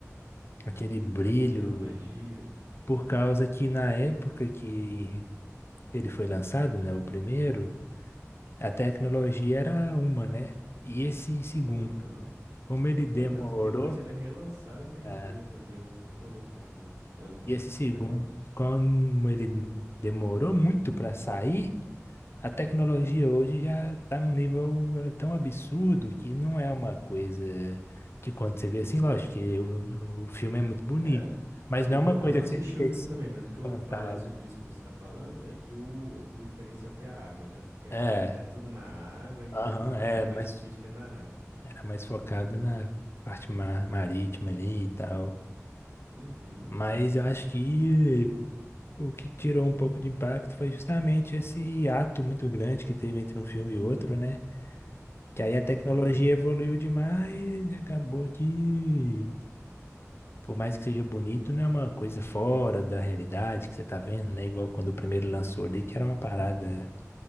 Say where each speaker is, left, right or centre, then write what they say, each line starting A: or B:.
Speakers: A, on the left; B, on the right.
A: aquele brilho
B: Aquela magia.
A: por causa que na época que ele foi lançado, né, o primeiro, a tecnologia era uma, né? E esse segundo,
B: Aham.
A: como ele demorou,
B: É, tanto que depois ainda relançaram em 3D
A: ah,
B: o primeiro, né? Demorou um tempo ainda. Ah, continu-
A: e esse segundo,
B: pode falar.
A: como ele demorou muito para sair, A tecnologia hoje já está num nível eh, tão absurdo que não é uma coisa que quando você vê assim, lógico que o, o filme é muito bonito,
B: É,
A: mas
B: eu,
A: não é uma
B: eu
A: coisa
B: eu não assisti
A: que você fica
B: o filme
A: espantado.
B: também, mas o que eu ouvi falar sobre isso que você tá falando é que o, o diferencial foi a água, né? Que, é-
A: É,
B: que era tudo na água e
A: aham,
B: aí
A: era
B: era mais
A: mais,
B: difícil que é na água.
A: era mais focado na parte ma- marítima ali e tal.
B: Uhum,
A: Mas eu acho que o que tirou um pouco de impacto foi justamente esse ato muito grande que teve entre um filme e outro, né? Que aí
B: uhum.
A: a tecnologia evoluiu demais e acabou que Por mais que seja bonito, não é uma coisa fora da realidade que você tá vendo, né? Igual quando o primeiro lançou ali, que era uma parada